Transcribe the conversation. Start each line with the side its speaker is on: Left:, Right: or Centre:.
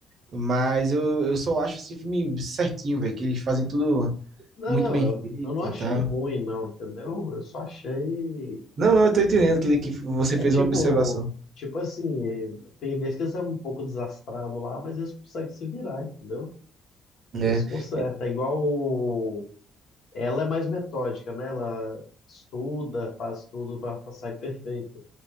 Right: Mas eu, eu só acho esse filme certinho, velho, que eles fazem tudo
Left: Não,
Right: muito
Left: não,
Right: bem
Left: eu,
Right: feito,
Left: eu não achei
Right: tá?
Left: ruim, não, entendeu? Eu só achei.
Right: Não, não, eu tô entendendo que, que você
Left: É
Right: fez
Left: tipo.
Right: uma observação,
Left: Tipo assim, é, tem vezes que eles são um pouco desastrados lá, mas eles conseguem se virar, entendeu?
Right: né?
Left: Eles consertam.
Right: É
Left: É igual. o- Ela é mais metódica, né? Ela estuda, faz tudo para sair perfeito.